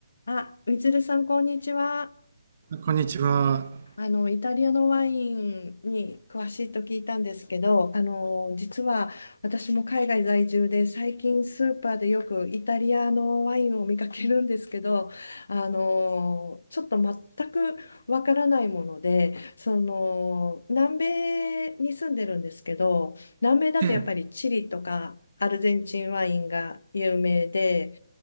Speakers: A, on the left; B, on the right.
A: あ、みつるさん、こんにちは。
B: こんにちは。
A: あの、イタリアのワインに詳しいと聞いたんですけど、あの、実は私も海外在住で、最近スーパーでよくイタリアのワインを見かけるんですけど、あの、ちょっと全くわからないもので、その、南米に住んでるんですけど、南米だとやっぱりチリとかアルゼンチンワインが有名で、
B: ええ、